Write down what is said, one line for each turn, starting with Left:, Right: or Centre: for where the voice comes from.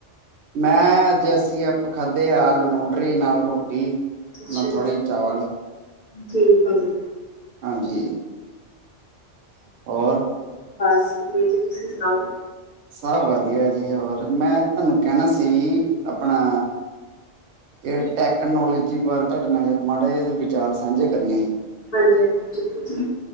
Right: ਮੈਂ ਅੱਜ ਅਸੀਂ, ਆਪਾਂ ਖਾਧੇ ਆ ਆਲੂ-ਨੂਟਰੀ ਨਾਲ ਰੋਟੀ,
Left: ਅੱਛਾ
Right: ਨਾਲ
Left: ਜੀ
Right: ਥੋੜ੍ਹੇ ਜੇ ਚਾਵਲ।
Left: ਠੀਕ ਐ ਜੀ।
Right: ਹਾਂਜੀ। ਹੋਰ
Left: ਬਸ, ਵਧੀਆ ਜੀ ਤੁਸੀਂ ਸੁਣਾਓ।
Right: ਸਭ ਵਧੀਆ ਜੀ ਹੋਰ, ਮੈਂ ਤੁਹਾਨੂੰ ਕਹਿਣਾ ਸੀ ਆਪਣਾ ਕੇ ਟੈਕਨੋਲਜੀ ਬਾਰੇ ਤੁਹਾਡੇ ਨਾਲ ਮਾੜੇ ਜੇ ਵਿਚਾਰ ਸਾਂਝੇ ਕਰਨੇ ਸੀ।
Left: ਹਾਂਜੀ-ਹਾਂਜੀ ਜਰੂਰ ਜੀ।